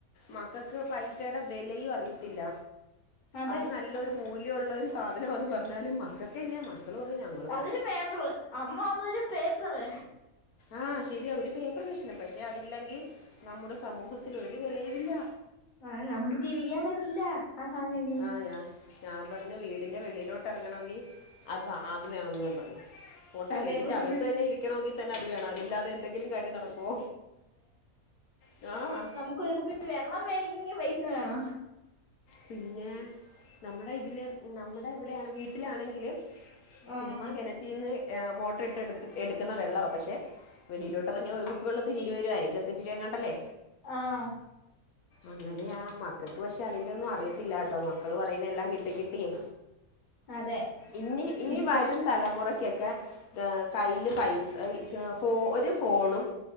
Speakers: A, on the left; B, on the left.
A: മക്കക്ക് പൈസേടെ വെലയും അറിയത്തില്ല.
B: അതെ
A: അത് നല്ലൊരു ല്യുള്ളെരു സാധനവാന്ന് പർഞ്ഞാലും മക്കക്കെന്നെ മ ക്കള് പറയും ഞ്ഞങ്ങ
B: അതൊരു പേപ്പറ്. അമ്മാ അതൊരു പേപ്പറ്
A: ആഹ് ശരിയ. ഒരു പേപ്പറ് കഷ്ണം. പക്ഷെ അതില്ലെങ്കി നമ്മുടെ സമൂഹത്തിൽ ഒരു വെലയു വില്ല.
B: ആന്നെ. നമ്ക്ക് ജീവിക്കാൻ പറ്റില്ല. ആസാനയി
A: ആഹ്. യാ ഞാൻ പർഞ്ഞ് വീടിന്റെ വെളിയിലോട്ട് എർങ്ങണോങ്കി അത് അ അത് വേണംന്ന് പറഞ്ഞു. പോട്ടെ.
B: ആ
A: വീടിന്റെ
B: പേപ്പറ്
A: അകത്തെന്നെ ഇരിക്കണോങ്കി തന്നെ അത് വേണം. അതില്ലാതെ എന്തെങ്കിലും കാര്യം നടക്കൊ? ഹേഹ്
B: ക്കൊരു കുപ്പി വെള്ളം വേടിക്കണെങ്കി പൈസ വേണ.
A: പിന്നേ. നമ്മടെ ഇതില്. നമ്മടെ ഇവ്ടെയാണ് വീട്ടിലാണെങ്കില്
B: ആഹ്
A: ചുമ്മാ കെണറ്റീന്ന് എ മോട്ടർ ഇട്ട് എട്ത്ത് എട്ക്ക്ന്ന വെള്ളവാ. പക്ഷെ വെളിയിലോട്ടിറങ്ങിയ ഒരു കുപ്പി വെള്ളത്തിന് ഇരുപരൂപ, ഇരുപത്തഞ്ച് രൂപങ്ങാണ്ടല്ലേ?
B: ആഹ്.
A: അങ്ങനെയാ മക്കക്ക് പക്ഷെ അതിന്റെ ഒന്നും അറിയത്തില്ലാട്ടൊ. മക്കള് പറയുന്ന എല്ലാം കിട്ടി കിട്ടിയെ
B: അതെ
A: ഇനി ഇനി
B: ഇപ്പ
A: വരും തലമുറ ക്കൊക്കെ കയ്യില് പൈസ ഒരു ഫോണും